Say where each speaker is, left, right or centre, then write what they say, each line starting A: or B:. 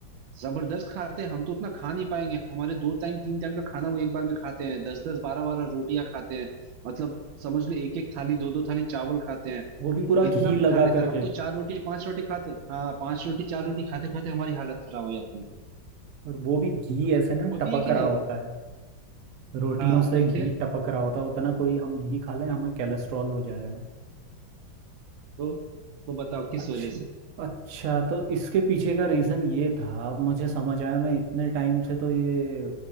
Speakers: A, on the right; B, on the right.
A: जबरदस्त खाते हैं हम तो उतना खा नहीं पाएंगे हमारे दो टाइम तीन टाइम का खाना वो एक बार में खाते हैं दस दस बारह बारह रोटियां खाते हैं मतलब समझ लो एक एक थाली दो दो थाली चावल खाते हैं
B: वो भी पूरा
A: इतना
B: घी लगा
A: खा लेते
B: करके
A: हैं हम तो चार रोटी पांच रोटी खाते हैं, हाँ पांच रोटी चार रोटी खाते खाते हमारी हालत खराब हो जाती है
B: और वो भी घी ऐसे ना
A: होती
B: टपक
A: है कि
B: रहा
A: नहीं
B: होता है रोटियों
A: हाँ
B: से
A: तब
B: घी
A: फिर
B: टपक रहा होता है उतना कोई हम घी खा लें हमें कैलेस्ट्रॉल हो जाएगा
A: तो तो बताओ किस
B: अच्छा
A: वजह से
B: अच्छा तो इसके पीछे का रीज़न ये था अब मुझे समझ आया मैं इतने टाइम से तो ये